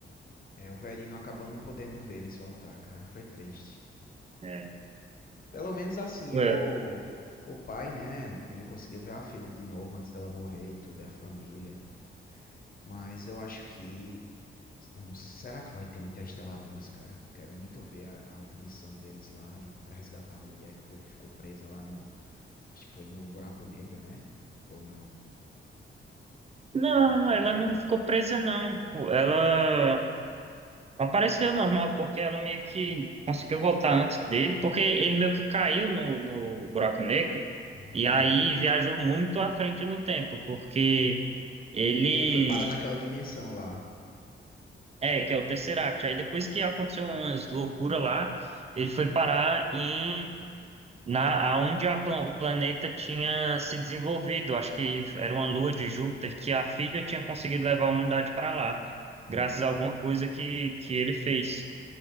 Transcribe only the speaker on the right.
É.
Ué,
Não,
ela
não
ficou presa, não. pô. Ela Apareceu normal, porque ela meio que conseguiu voltar antes dele, porque ele meio que caiu no, no buraco negro,
e aí viajou muito à frente no tempo, porque ele.
É, que é o Tesseract. Aí depois que aconteceu umas loucuras lá, ele foi parar em. Na, aonde a plan- o planeta tinha se desenvolvido, acho que era uma lua de Júpiter, que a filha tinha conseguido levar a humanidade para lá,
graças a alguma coisa que, que ele fez.